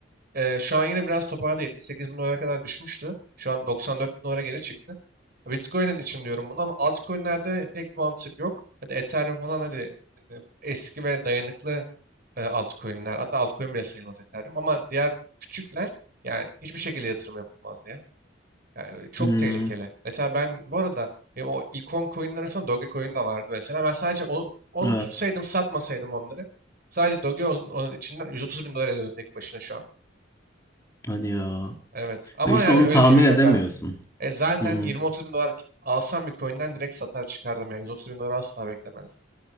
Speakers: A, on the right; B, on the left.
A: Ee, şu an yine biraz toparladı. 78 bin dolara kadar düşmüştü. Şu an 94 bin dolara geri çıktı. Bitcoin'in için diyorum bunu ama altcoin'lerde pek bir mantık yok. Hadi Ethereum falan hadi e, eski ve dayanıklı e, altcoin'ler. Hatta altcoin bile sayılmaz Ethereum ama diğer küçükler yani hiçbir şekilde yatırım yapılmaz diye. Yani çok
B: Hmm,
A: tehlikeli. Mesela ben bu arada benim o ikon coin'in arasında Dogecoin de vardı mesela. Ben sadece onu, onu
B: evet.
A: tutsaydım satmasaydım onları. Sadece Doge onun, onun içinden 130 bin dolar ediyordu tek başına şu an.
B: Hadi ya.
A: Evet. Ama
B: Ve işte
A: yani
B: onu
A: öyle
B: tahmin
A: bir şey yok
B: edemiyorsun.
A: abi. E zaten
B: Hmm.
A: 20-30 bin dolar alsam bir coin'den direkt satar çıkardım yani. 130 bin dolar asla beklemezdim.